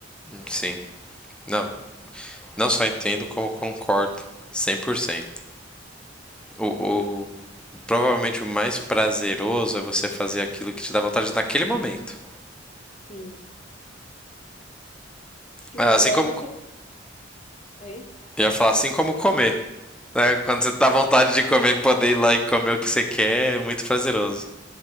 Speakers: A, in the centre; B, on the left (about 35°).
A: Sim. Não, não só entendo como concordo 100%. O, o, provavelmente o mais prazeroso é você fazer aquilo que te dá vontade naquele momento.
B: Sim. Que
A: Assim
B: nem agora
A: como
B: eu já tô. Oi?
A: Eu Ia falar assim como comer. Né? Quando você dá vontade de comer, poder ir lá e comer o que você quer é muito prazeroso.